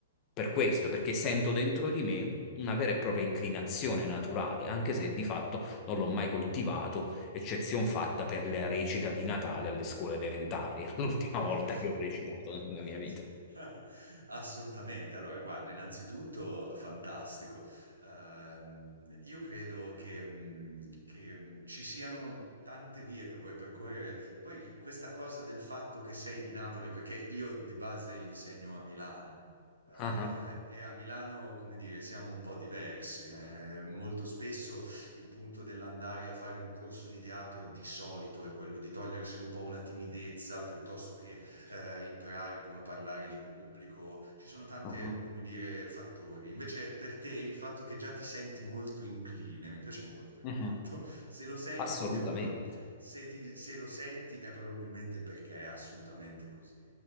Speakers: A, on the left; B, on the right.
A: per questo, perché sento dentro di me una vera e propria inclinazione naturale, anche se di fatto non l'ho mai coltivato, eccezion fatta per la recita di Natale alle scuole elementari, <laughs> l'ultima
B: Certo.
A: volta che ho recitato nella
B: <laughs>
A: mia vita.
B: Assolutamente. Allora, guarda, innanzitutto fantastico. Ehm, io credo che, mh, che, mh, ci siano tante vie che puoi percorrere. Poi questa cosa del fatto che sei di Napoli, perché io di base insegno a Milano. eh,
A: Ah, ah,
B: e a Milano, come dire, siamo un po' diversi. eh. Molto spesso il punto dell'andare a fare un corso di teatro di solito è quello di togliersi un po' una timidezza piuttosto che eh, imparare come parlare in pubblico. Ci sono tante,
A: ah,
B: come dire, fattori. Invece per te il fatto che già ti senti molto incline, mi piace molto intanto,
A: ah.
B: se lo senti
A: Assolutamente.
B: è probab- se ti- se lo senti è probabilmente perché è assolutamente così.